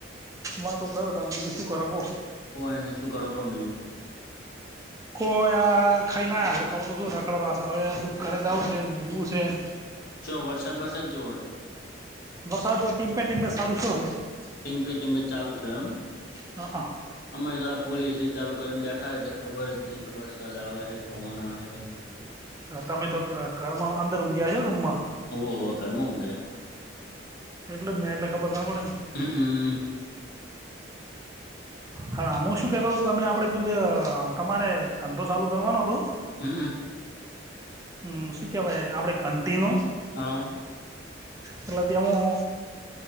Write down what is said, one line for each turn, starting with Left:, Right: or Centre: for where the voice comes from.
Right: વાતો કર તારે બીજું શું કરે કો.
Left: કોય ની શું કરો કો બીજું.
Right: કો ખાઈ ના તો શું નાકડ હવે દુઃખ ઘરે જાવું છે અને ઊંઘવું છે ને.
Left: જો વરસાદ વરસાદ જ જોવો હે?
Right: વરસાદો ટીમપે ટીમ્પે સારું શું હાલે.
Left: ટીમ્પે ટીમપે ચાલુ થયો એમ?
Right: હઆ
Left: અમે તો આ ફૂલ એસી ચાલુ કરીને બેઠા એટલે ખબર જ નહીં કે વરસાદ આવે હે કે પવન આવે હે કે એવું
Right: હા તમે તો ઘરમાં અંદર ઊંઘીયા છો રૂમમાં?
Left: હોવે હોવે ઘરમાં ઊંઘયા.
Right: એટલે જ ને એટલે ખબર ના પડે ને.
Left: હમ અ
Right: હા હું શું કેતો હતો તમે આપડે પેલ તમારે ધંધો ચાલુ કરવાનો હતો?
Left: હમમ અ
Right: હમ શું કેવાય આપણે ઘંટીનું.
Left: હા
Right: એટલે તેમાં